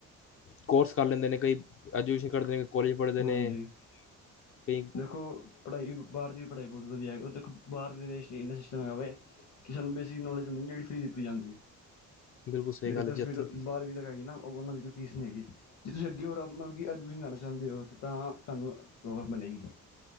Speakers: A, on the left; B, on the left.
A: ਕੋਰਸ ਕਰ ਲੈਂਦੇ ਨੇ ਕਈ ਐਜੂਕੇਸ਼ਨ ਕਰਦੇ ਨੇ, ਕਾਲਜ ਪੜ੍ਹਦੇ
B: ਹਾਂਜੀ
A: ਨੇ, ਕਈ
B: ਦੇਖੋ ਪੜ੍ਹਾਈ ਬਾਹਰ ਦੀ ਵੀ ਪੜ੍ਹਾਈ ਬਹੁ ਵਧੀਆ ਹੈਗੀ, ਉੱਥੇ ਬਾਹਰ ਦੇ ਦੇਸ ਵੇ ਕਿ ਸਾਨੂੰ ਬੇਸਿਕ ਨੋਲਜ ਹੁੰਦੀ, ਜਿਹੜੀ ਫ੍ਰੀ ਦਿੱਤੀ ਜਾਂਦੀ ਐ
A: ਬਿਲਕੁਲ ਸਹੀ
B: ਜਿਹੜੀ
A: ਗੱਲ
B: ਦਸਵੀਂ
A: ਹੈ ਜੀ ਇੱਥੇ
B: ਤੋਂ ਬਾਰਵੀਂ ਤੱਕ ਹੈਗੀ ਨਾ ਉਹ ਉਹਨਾਂ ਦੀ ਕੋਈ ਫੀਸ ਨਹੀਂ ਹੈਗੀ, ਜੇ ਤੁਸੀਂ ਅੱਗੇ ਹੋਰ ਮਤਲਬ ਐਡਮਿਸ਼ਨ ਲੈਣਾ ਚਾਹੁੰਦੇ ਹੋ, ਤਾਂ ਤੁਹਾਨੂੰ ਉਹ ਬਣੇਗੀ